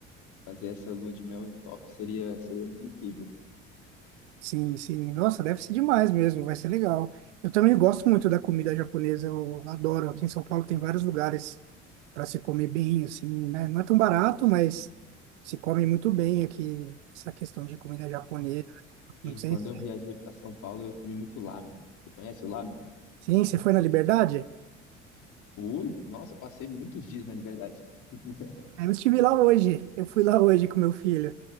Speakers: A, on the left; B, on the right.
A: fazer essa lua de mel em Tóquio seria, seria muito incrível.
B: Sim, sim. Nossa, deve ser demais mesmo, vai ser legal. Eu também gosto muito da comida japonesa, eu adoro. Aqui em São Paulo tem vários lugares para se comer bem, assim, né? Não é tão barato, mas se come muito bem aqui, essa questão de comida japonesa. Não
A: Sim,
B: sei
A: Quando
B: se...
A: eu viajei para São Paulo, eu comi muito lamen. Você conhece o lamen?
B: Sim, você foi na Liberdade?
A: Fui. Nossa, eu passei muitos dias na Liberdade. <laughs>
B: Eu estive lá hoje, eu fui lá hoje com meu filho.